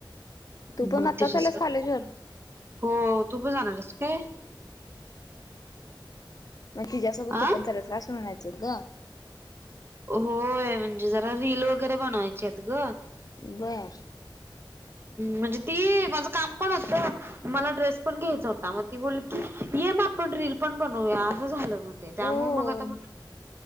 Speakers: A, on the right; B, on the left.
A: मग
B: तू पण आताच
A: त्याच्यासाठी
B: आलेस कॉलेजवरर
A: हो तू पण जाणारस काय
B: तिच्याबरोबर तू
A: आ
B: पण करायचं होतं असं म्हणायचं होतं ग
A: होय म्हणजे जरा रील वगैरे बनवायचे आहेत ग
B: बर
A: म्हणजे ती माझं काम पण होतं मला ड्रेस पण घ्यायचा होता मग ती बोलली की ये म आपण रील पण बनवूया असं झालं हो ते त्यामु
B: ओ
A: मग आता म